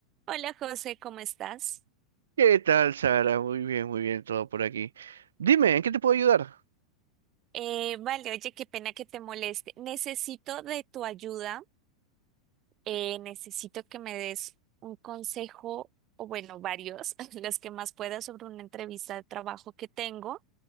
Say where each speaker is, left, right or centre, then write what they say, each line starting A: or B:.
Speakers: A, on the right; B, on the right.
A: Hola José, ¿cómo estás?
B: ¿Qué tal, Sara? Muy bien, muy bien, todo por aquí. Dime, ¿en qué te puedo ayudar?
A: Eh, vale, oye, qué pena que te moleste. Necesito de tu ayuda, eh, necesito que me des un consejo, o bueno, varios, <laughs> los que más puedas sobre una entrevista de trabajo que tengo.